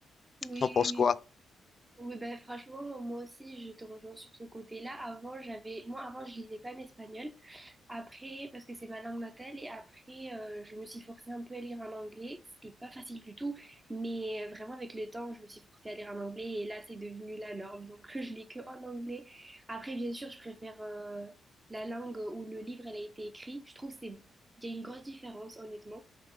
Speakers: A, on the right (about 15°); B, on the left (about 40°).
A: Oui,
B: T'en penses
A: oui,
B: quoi?
A: oui. Oui, ben, franchement, moi aussi, je te rejoins sur ce côté-là. Avant, j'avais, moi, avant, je lisais pas en espagnol. Après, parce que c'est ma langue natale, et après, euh, je me suis forcée un peu à lire en anglais. C'était pas facile du tout, mais euh, vraiment, avec le temps, je me suis forcée à lire en anglais, et là, c'est devenu la norme. Donc, <laughs> je lis que en anglais. Après, bien sûr, je préfère, euh, la langue où le livre, elle a été écrit. Je trouve que c'est, il y a une grosse différence, honnêtement.